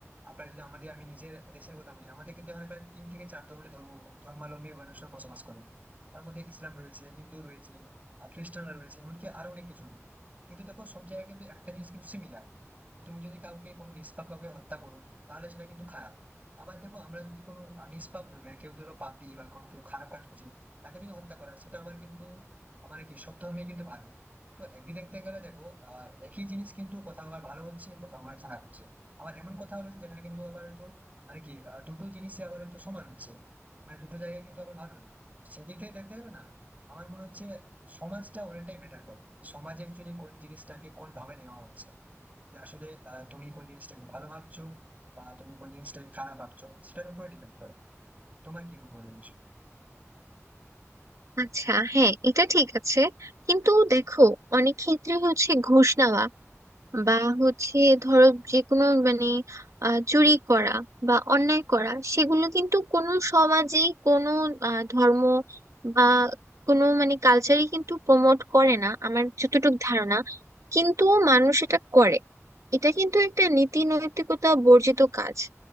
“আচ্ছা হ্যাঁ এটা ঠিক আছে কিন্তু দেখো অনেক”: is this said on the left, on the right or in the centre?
Right